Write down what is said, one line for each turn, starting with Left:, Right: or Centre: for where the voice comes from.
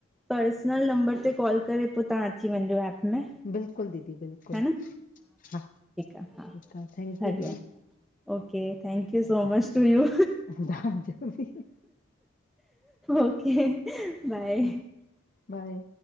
Centre: पर्सनल नंबर ते कॉल करे, पो तवां अची वञजो ऐप में।
Left: बिल्कुलु दीदी बिल्कुलु,
Centre: हा न
Left: हा, ठीकु
Centre: आहे हा
Left: आ, थैंक्यू
Centre: हरिओम
Left: दी।
Centre: Okay, thank you so much to you.
Left: तव्हांजो बि
Centre: ओके, बाए।
Left: हा बाए।